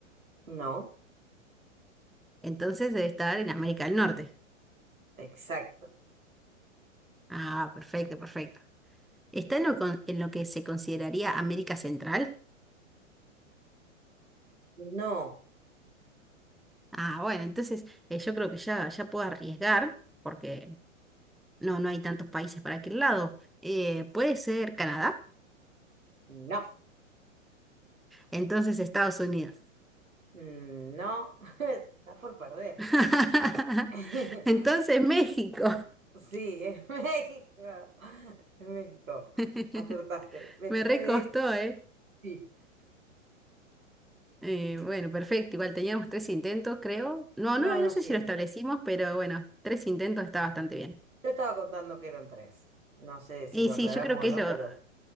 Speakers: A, on the right (about 90°); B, in the centre.
A: no,
B: entonces debe estar en América del Norte.
A: exacto.
B: Ah, perfecto, perfecto. ¿Está en lo, con- en lo que se consideraría América Central?
A: No,
B: Ah, bueno, entonces eh, yo creo que ya, ya puedo arriesgar, porque No, no hay tantos países para aquel lado. Eh, puede ser Canadá,
A: no,
B: entonces Estados Unidos.
A: no. <laughs> Estás por perder.
B: <laughs>
A: <laughs>
B: Entonces México.
A: Sí, es México. Es México.
B: <laughs>
A: Acertaste. Después
B: Me recostó,
A: de...
B: ¿eh?
A: Sí.
B: Eh, bueno, perfecto. Igual teníamos tres intentos, creo. No,
A: No,
B: no, lo- no
A: no,
B: sé
A: sí,
B: si
A: estoy.
B: lo establecimos, pero bueno, tres intentos está bastante bien.
A: Yo estaba contando que eran tres. No sé si
B: Y
A: lo aclaramos
B: sí, yo creo que
A: o no,
B: es lo
A: pero.